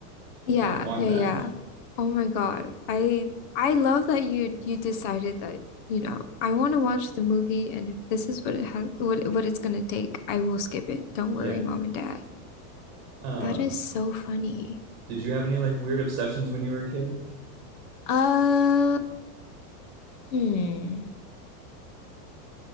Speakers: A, on the right (about 40°); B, on the left (about 35°).
A: <laughs>
B: Yeah,
A: I don't want
B: yeah,
A: that.
B: yeah.
A: <laughs>
B: Oh my God. I I love that you you decided that, you know, I want to watch the movie and if this is what it has what what it's gonna take, I will skip it. Don't
A: Yeah.
B: worry, mom and dad.
A: Um,
B: That is so funny.
A: did you have any like weird obsessions when you were a kid?
B: Um, hmm.